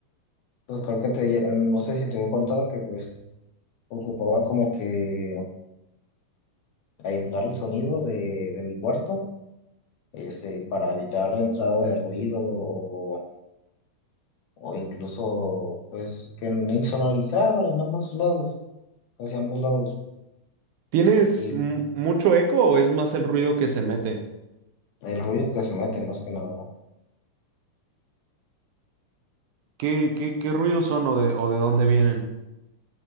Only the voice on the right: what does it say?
¿Tienes
mu- mucho eco o es más el ruido que se mete?
¿Qué, qué, qué ruidos son o de, o de dónde vienen?